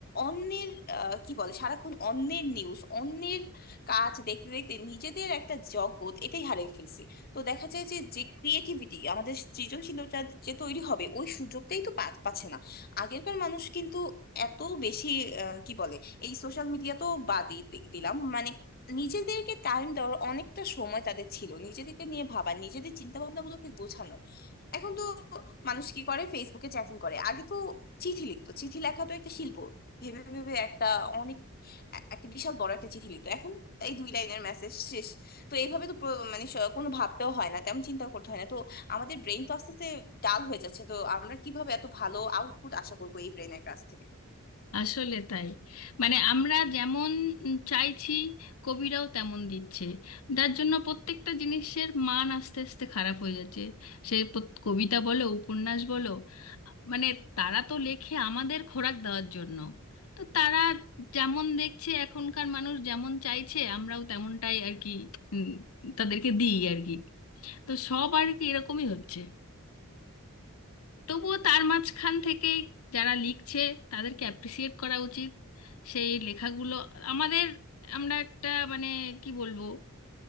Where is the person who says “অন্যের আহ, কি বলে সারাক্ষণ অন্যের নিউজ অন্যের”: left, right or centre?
Left